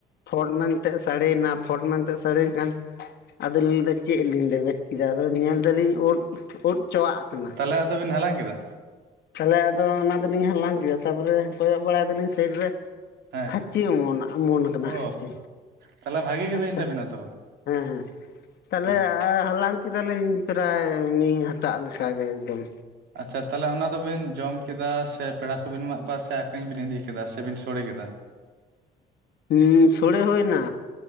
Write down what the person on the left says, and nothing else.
ᱯᱷᱚᱴ ᱢᱮᱱᱛᱮ ᱥᱟᱹᱲᱤᱭᱮᱱᱟ ᱯᱷᱚᱴ ᱢᱮᱱᱛᱮ ᱥᱟᱹᱲᱤᱭᱮᱱ ᱠᱷᱟᱱ ᱟᱫᱚᱧ ᱞᱟᱹᱭᱮᱫᱟ ᱪᱮᱫ ᱞᱤᱧ ᱞᱮᱵᱮᱫᱼᱼ ᱠᱮᱫᱟ ᱟᱫᱚ ᱧᱮᱞ ᱫᱟᱞᱤᱧ ᱳᱫ ᱳᱫ ᱪᱟᱵᱣᱟᱜ ᱟᱠᱟᱱᱟ
ᱛᱟᱦᱚᱞᱮ ᱟᱫᱚ ᱚᱱᱟ ᱫᱚᱞᱤᱧ ᱦᱟᱞᱟᱝ ᱠᱮᱫᱟ ᱛᱟᱨᱯᱚᱨᱮ ᱠᱚᱭᱚᱜ ᱵᱟᱲᱟᱭ ᱫᱟᱞᱤᱧ ᱥᱟᱭᱤᱰ ᱨᱮ
ᱠᱷᱟᱪᱮ ᱚᱢᱚᱱ ᱠᱷᱟᱪᱮ ᱚᱢᱚᱱ ᱠᱟᱱᱟ
ᱠᱷᱟᱪᱮ
ᱦᱮᱸ
ᱦᱮᱸ ᱛᱟᱦᱚᱞᱮ
ᱦᱟᱞᱟᱝᱼᱼ ᱠᱮᱫᱟᱞᱤᱧ ᱯᱨᱟᱭ ᱢᱤᱫ ᱦᱟᱴᱟᱜ ᱠᱟᱜᱮ ᱮᱠᱫᱚᱢ᱾
ᱦᱩ ᱥᱳᱲᱮ ᱦᱩᱭ ᱱᱟ